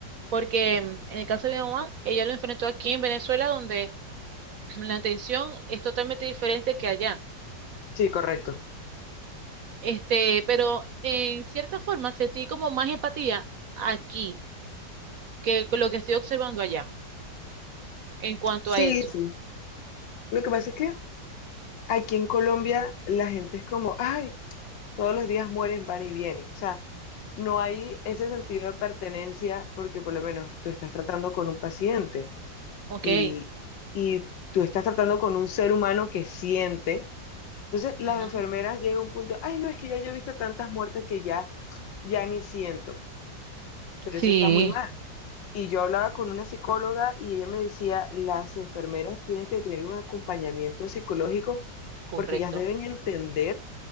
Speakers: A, on the right; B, on the left.
A: porque mm, en el caso de mi mamá, ella lo enfrentó aquí en Venezuela, donde <clears throat> la atención es totalmente diferente que allá.
B: Sí, correcto.
A: Este, pero en cierta forma sentí como más empatía aquí que con lo que estoy observando allá en cuanto
B: Sí,
A: a eso.
B: sí. Lo que pasa es que aquí en Colombia la gente es como, ay, todos los días mueren, van y vienen. O sea, no hay ese sentido de pertenencia porque por lo menos tú estás tratando con un paciente
A: Ok.
B: y, y tú estás tratando con un ser humano que siente. Entonces las
A: ujú,
B: enfermeras llegan a un punto, ay, no, es que ya yo he visto tantas muertes que ya, ya ni siento, pero
A: Sí,
B: eso está muy mal. Y yo hablaba con una psicóloga y ella me decía, las enfermeras tienen que tener un acompañamiento psicológico
A: correcto.
B: porque ellas deben entender